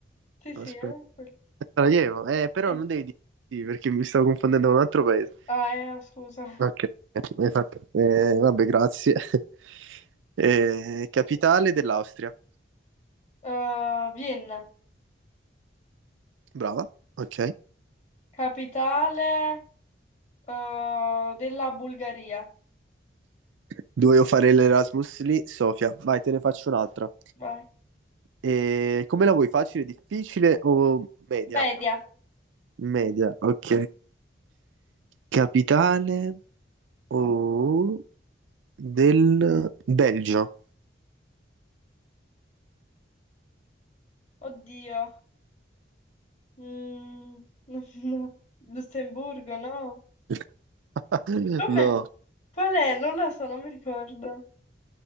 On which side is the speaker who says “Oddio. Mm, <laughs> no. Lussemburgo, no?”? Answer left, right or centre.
Left